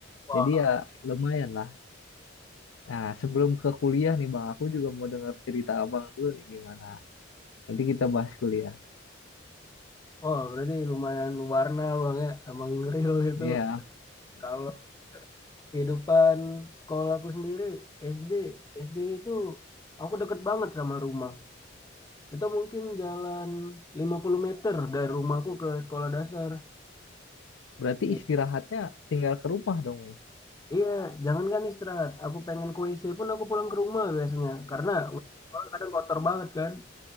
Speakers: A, on the left; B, on the left.
A: Wah,
B: jadi ya lumayan lah nah sebelum ke kuliah nih bang aku juga mau dengar cerita abang dulu nih gimana nanti kita bahas kuliah
A: Wah, berarti lumayan warna bang ya, emang real itu.
B: Iya
A: Kalau kehidupan sekolahku sendiri, SD, SD itu aku deket banget sama rumah. Itu mungkin jalan 50 meter dari rumahku ke sekolah dasar.
B: berarti
A: I-
B: istirahatnya tinggal ke rumah dong
A: iya, jangankan istirahat. Aku pengen ke WC pun aku pulang ke rumah biasanya. Karena sekolah kadang kotor banget kan.